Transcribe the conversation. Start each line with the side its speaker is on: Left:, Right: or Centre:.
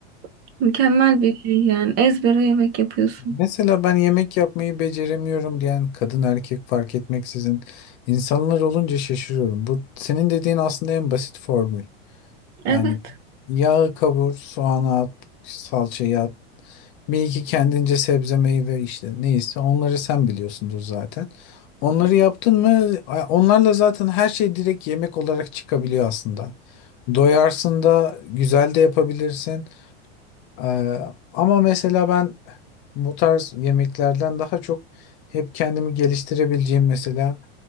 Right: <laughs> Mükemmel bir şey yani. Ezbere yemek yapıyorsun.
Left: Mesela ben yemek yapmayı beceremiyorum diyen kadın erkek fark etmeksizin insanlar olunca şaşırıyorum. Bu senin dediğin aslında en basit formül.
Right: Evet.
Left: Yani yağı kavur, soğanı at, salçayı at. Bir iki kendince sebze meyve işte neyse onları sen biliyorsundur zaten. Onları yaptın mı a- onlarla zaten her şey direkt yemek olarak çıkabiliyor aslında. Doyarsın da güzel de yapabilirsin. Ee, ama mesela ben bu tarz yemeklerden daha çok hep kendimi geliştirebileceğim mesela